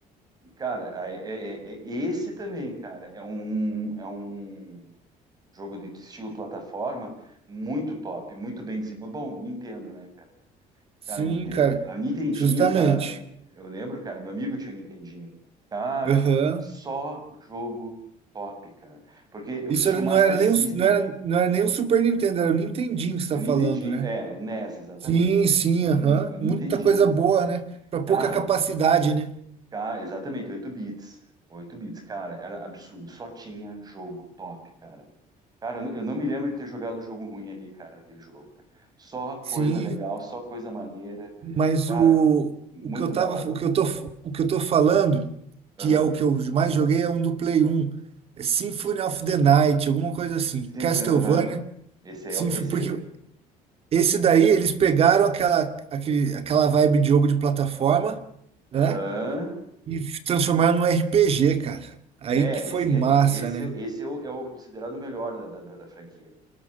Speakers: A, on the right; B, on the right.
A: E, cara, aí- é, é- é- esse também, cara, é um, é um jogo de estilo plataforma muito top, muito bem desenvolvido. Bom, Nintendo, né, cara?
B: Sim,
A: Cara, Ninte-
B: cara,
A: a Nintendinho,
B: justamente.
A: cara, eu lembro, cara, meu amigo tinha um Nintendinho. Cara,
B: Aham.
A: só jogo top, cara. Porque eu
B: Isso
A: tinha
B: era-
A: o
B: não
A: Master
B: era nem
A: System,
B: o, não era, não era nem o Super Nintendo, era o Nintendinho que você
A: O
B: tá
A: Nintendinho,
B: falando, né?
A: é, o NES, exatamente.
B: Sim, sim,
A: O Nintendinho,
B: aham.
A: o Nintendinho.
B: Muita coisa boa, né? Pra pouca
A: Cara,
B: capacidade, né?
A: cara, exatamente, 8 bits. oito bits, cara, era absurdo. Só tinha jogo top, cara. Cara, eu não- eu não me lembro de ter jogado jogo ruim ali, cara, naquele jogo. cara. Só coisa
B: Sim,
A: legal, só coisa maneira.
B: mas
A: Cara,
B: o,
A: muito
B: o que eu tava,
A: da hora.
B: o que eu tô, o que eu tô falando,
A: Aham.
B: que é o que eu mais joguei, é um do Play 1. É Symphony of the Night, alguma coisa assim.
A: Symphony,
B: Castlevania,
A: aham. Esse
B: Symphony
A: é, o- esse
B: porque esse daí eles pegaram aquela, aquele, aquela vibe de jogo de plataforma,
A: é,
B: né?
A: aham.
B: E transformaram num RPG, cara. Aí
A: É,
B: que foi
A: esse,
B: massa,
A: e- e- esse,
B: né?
A: esse é o, é o considerado o melhor da, da, da da franquia.